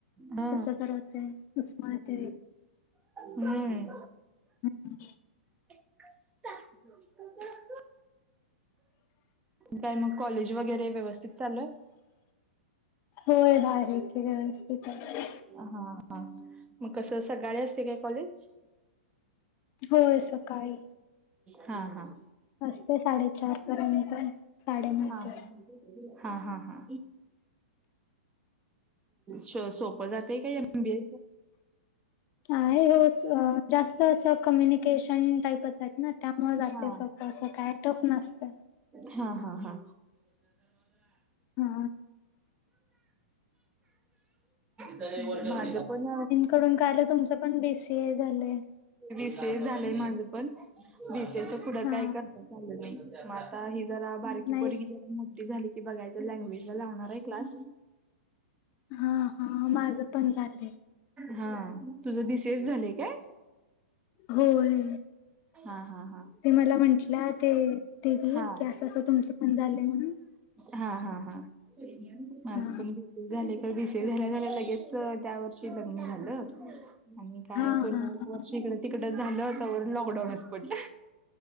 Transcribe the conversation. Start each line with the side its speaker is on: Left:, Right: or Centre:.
Right: हा,
Left: कसं तर होतय उस्मळते
Right: हम्म
Left: हम्,
Right: <unintelligible> काय मग, कॉलेज वगैरे, व्यस्थित चालू आहे.
Left: होय आहे कि व्यवस्थित आहे.
Right: हा, हा मग कस सकाळी असत्य काय कॉलेज?
Left: होय, सकाळी.
Right: हा, हा,
Left: असत्य साडेचार पर्यंत, साडेनऊ
Right: हा
Left: ते.
Right: हा, हा, हा, श- सोपं जाते का? ऐ बी ये
Left: आहे हो असं जास्त अस कम्युनिकेशन टाईपच आहेत ना. त्या मग जाते
Right: हा
Left: सळं असं काय टफ नसतं.
Right: हा हा हा.
Left: हा
Right: माझं पण
Left: ून कालं तुमचं पण बीसीए झालं.
Right: विी सी झालंय माझ पण बसच्या पुढं
Left: हा
Right: काय करता आचालं नाही. म आता ही जरा बारकी
Left: नाही
Right: पकी मोठी झाली की बघायच लँग्वेज ला लावणार आहे क्लास
Left: हा हा माझं पण झालंय.
Right: हा तुझं बी सी ऐ झाले काय.
Left: होय.
Right: हा हा हा
Left: ते मला म्हटलं ते दिदी
Right: हा.
Left: की असं असं तुमचं पण झालंय म्हणून
Right: हा हा हा माझ
Left: हा
Right: पण बी झाले बी सी झा झा लगेच त्या वर्षी बघ झालं आणि काय
Left: हा
Right: पुन्हा
Left: हा
Right: एक
Left: हा.
Right: व ड तिकड झालं लॉकडाऊनच पटलं.